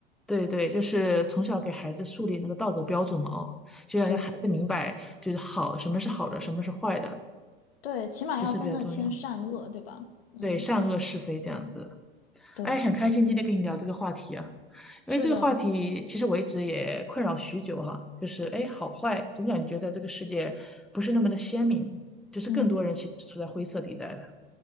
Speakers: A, in the centre; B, on the left.
A: 对对，就是从小给孩子树立那个道德标准嘛，哦，就要让孩子明白，
B: 对对
A: 就是好，什么是好的，什么是坏的，
B: 对，起码要分得清善恶，
A: 这是比较重要。
B: 对吧？嗯，
A: 对，善恶是非这样子。
B: 对，
A: 哎，很开心今天跟你聊这个话题啊，因为这个话题其实我一直也困扰许久哈、
B: 是的，
A: 就是哎，好坏总感觉在这个世界不是那么的鲜明，就是更多人其实处在灰色地带的。
B: 嗯，